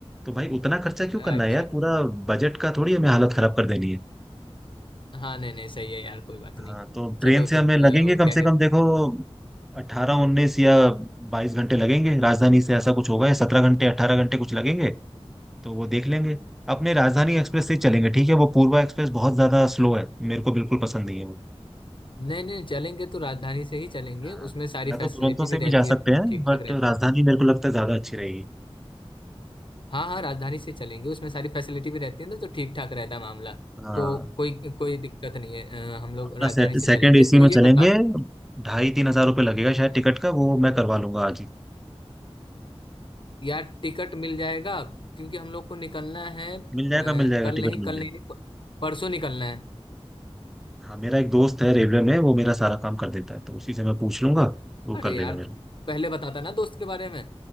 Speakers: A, in the centre; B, on the left.
A: तो भाई उतना खर्चा क्यों
B: अच्छा
A: करना है यार पूरा बजट का थोड़ी हमें हालत खराब कर देनी है
B: हाँ नहीं नहीं सही है यार कोई बात
A: हाँ
B: नहीं
A: तो ट्रेन
B: चलो
A: से
B: तो
A: हमें
B: अ,
A: लगेंगे
B: अ,
A: कम
B: क्या
A: से
B: कहते
A: कम देखो अठारह उन्नीस या बाईस घंटे लगेंगे राजधानी से ऐसा कुछ होगा या सत्रह घंटे अठारह घंटे कुछ लगेंगे तो वो देख लेंगे अपने राजधानी एक्सप्रेस से ही चलेंगे ठीक है वो पूर्वा एक्सप्रेस बहुत ज्यादा स्लो है मेरे को बिल्कुल पसंद नहीं है वो
B: नहीं नहीं चलेंगे तो राजधानी से ही चलेंगे
A: हाँ
B: उसमें सारी
A: या तो
B: फैसिलिटी
A: दुरंतो
B: भी
A: से भी
B: रहती
A: जा
B: है
A: सकते हैं
B: ठीक
A: बट
B: ठाक रहती
A: राजधानी
B: है
A: मेरे को लगता है ज्यादा अच्छी रहेगी
B: हाँ हाँ राजधानी से चलेंगे उसमें सारी फैसिलिटी भी रहती है ना तो ठीक ठाक रहता है मामला
A: हाँ
B: तो कोई कोई दिक्कत नहीं है अ, हम लोग
A: अपना
B: राजधानी
A: से,
B: से
A: सेकंड
B: चलेंगे
A: एसी
B: तो
A: में
B: ये
A: चलेंगे
B: बताओ
A: ढाई तीन हजार रुपये लगेगा शायद टिकट का वो मैं करवा लूंगा आज ही
B: यार टिकट मिल जाएगा क्योंकि हम लोग को निकलना है अ,
A: मिल जाएगा मिल जाएगा
B: कल
A: टिकट
B: नहीं कल
A: मिल जाएगा
B: नहीं प- परसों निकलना है
A: हाँ मेरा एक दोस्त है रेलवे में वो मेरा सारा काम कर देता है तो उसी से मैं पूछ लूंगा वो
B: अरे
A: कर देगा
B: यार
A: मेरा
B: तू पहले बताता ना दोस्त के बारे में